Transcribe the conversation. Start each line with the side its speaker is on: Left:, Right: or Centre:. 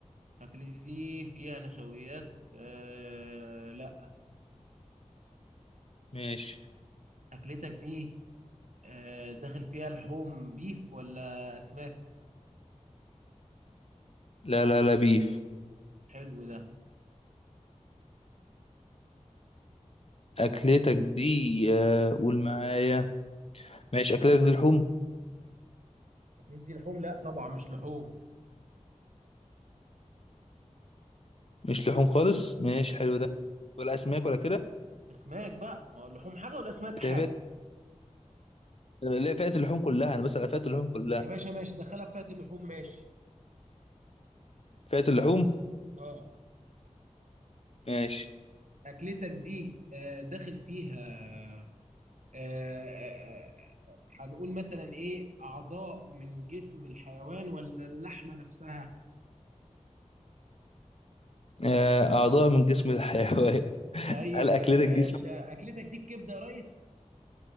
Right: أكلتي دي فيها نشويات آه لا
Left: ماشي
Right: أكلتك دي آه داخل فيها لحوم بيف ولا أسماك
Left: لا لا لا بيف
Right: حلو ده
Left: أكلتك دي آه قول معايا ماشي أكلتك دي لحوم
Right: اكلتي دي لحوم لا طبعا مش لحوم
Left: مش لحوم خالص ماشي حلو ده ولا أسماك ولا كده
Right: أسماك بقى ما هو اللحوم حاجة والأسماك حاجة
Left: لا فئة لا فئة اللحوم كلها أنا بس على فئة اللحوم كلها
Right: يا باشا ماشي دخلها في فئه اللحوم ماشي
Left: فئة اللحوم
Right: اه
Left: ماشي
Right: أكلتك دي آه داخل فيها آه آه، آه، هنقول مثلا إيه أعضاء من جسم الحيوان ولا اللحمة نفسها
Left: آه أعضاء من جسم الحيوان <laughs>
Right: ايوه
Left: هل أكلتك
Right: يا باشا
Left: دي
Right: اكلتك دي الكبده يا ريس